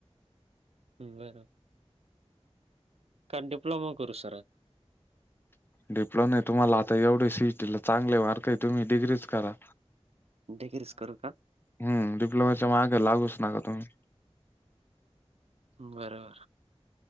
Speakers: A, on the right; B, on the left.
A: ह् बरोब का डीप्लोमा करू सरळ.
B: डिप्लो नाही तुम्हाला आता एवढे सिटीला चांगले मार्क आहे तुम्ही डिग्रीच करा.
A: डिग्रीच करू का?
B: हम् डिप्लोमाच्या मा्ग लागूच नका तुम्ही.
A: बरबर.